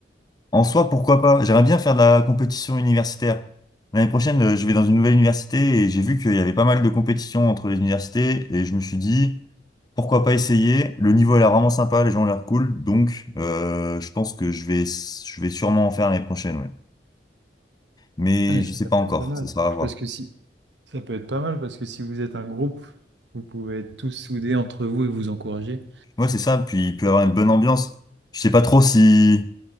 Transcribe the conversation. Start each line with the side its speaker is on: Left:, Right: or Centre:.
Left: en soi, pourquoi pas? J'aimerais bien faire de la compétition universitaire. L'année prochaine, euh, je vais dans une nouvelle université et j'ai vu qu'il y avait pas mal de compétitions entre les universités et je me suis dit. Pourquoi pas essayer? Le niveau a l'air vraiment sympa, les gens ont l'air cool, donc euh, je pense que je vais, je vais sûrement en faire l'année prochaine, ouais. Mais
Right: Ah, ok,
Left: je sais
Right: ça
Left: pas encore,
Right: peut être pas mal.
Left: ce sera à voir.
Right: Parce que si, ça peut être pas mal parce que si vous êtes un groupe, vous pouvez être tous soudés entre vous et vous encourager.
Left: Ouais, c'est ça, puis il peut y avoir une bonne ambiance. Je sais pas trop si,